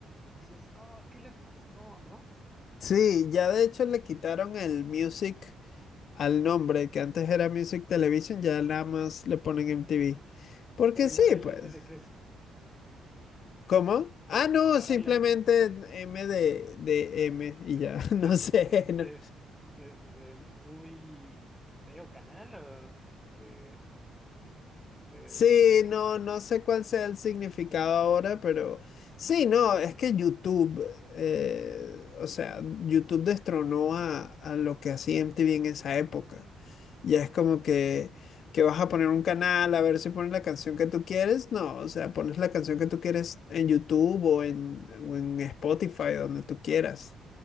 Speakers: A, in the centre; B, on the left.
A: Dices, oh, ¿qué le pasó, no?
B: Sí, ya de hecho le quitaron el Music al nombre, que antes era Music Television, ya nada más le ponen MTV. Porque
A: Pero
B: sí,
A: y ahora el
B: pues.
A: M de que es,
B: ¿Cómo? Ah,
A: de,
B: no,
A: ahora
B: simplemente
A: la M
B: M de, de M y
A: eh,
B: ya, <laughs> no
A: de,
B: sé,
A: de,
B: no,
A: de- de- de- de muy feo canal, o de, de-
B: Sí,
A: de-
B: no,
A: de-
B: no sé cuál sea el significado ahora, pero sí, no, es que YouTube, eh, o sea, YouTube destronó a, a lo que hacía MTV en esa época. Ya es como que, que vas a poner un canal a ver si pones la canción que tú quieres. No, o sea, pones la canción que tú quieres en YouTube o en, o en Spotify, donde tú quieras.